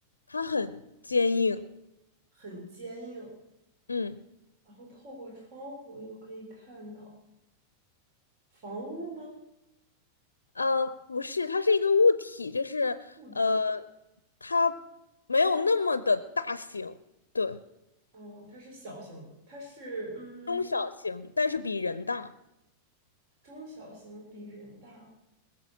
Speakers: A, on the left; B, on the right.
A: 它很坚硬。
B: 很坚硬？
A: 嗯。
B: 然后透过窗户又可以看到房屋吗？
A: 呃，不是，它是一个物体，就是呃，
B: 物体？
A: 它没有那么的大型，对，
B: 哦，它是小型，它是嗯
A: 中小型，但是比人大。
B: 中小型，比人大。